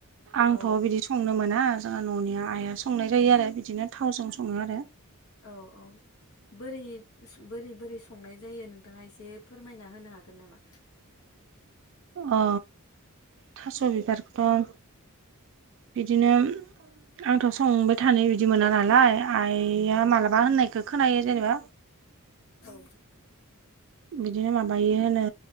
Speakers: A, on the right; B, on the left.
A: आंथ'
B: औ
A: बिदि संनो मोना जोंहा न'निया आइआ संनाय जायो आरो बिदिनो थावजों सङो आरो।
B: औ औ बोरै बोरै बोरै संनाय जायो नोंथाङा एसे फोरमायना होनो हागोन नामा।
A: अ थास' बिबारखौथ' बिदिनो आंथ' संबाय थानो बिदि मोना नालाय आइआ मालाबा होननायखौ खोनायो जेनेबा
B: औ
A: बिदिनो माबायो होनो